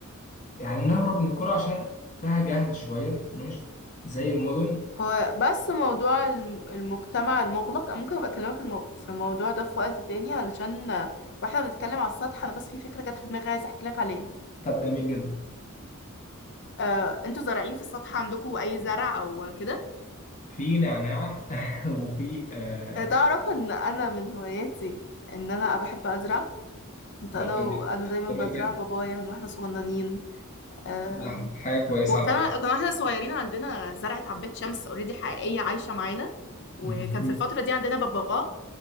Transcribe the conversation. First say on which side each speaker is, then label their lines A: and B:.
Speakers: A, on the left; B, on the left.
A: يعني نهرب من القرى عشان فيها جهل شوية مش زي المدن
B: هو بس موضوع الم- المجتمع المغلق أنا ممكن ابقى اكلمك المو... في الموضوع ده في وقت تاني علشان آه، واحنا بنتكلم على السطح انا بس في فكرة جت في دماغي عايزة احكي لك عليها
A: طب جميل جدا
B: آه، انتوا زارعين في السطح عندكم اي زرع او كده
A: في نعناع <laughs> وفي آه
B: آه، تعرف ان انا من هواياتي ان انا بحب ازرع كنت انا
A: طب جميل
B: وانا دايما
A: جميل
B: بزرع
A: جدا
B: بابايا من واحنا صغننين آه،
A: ده حاجة كويسة
B: وكان
A: على فكرة
B: كان واحنا صغيرين عندنا زرعة عباد شمس اوريدي حقيقية عايشة معانا وكان
A: <laughs>
B: في الفترة دي عندنا ببغاء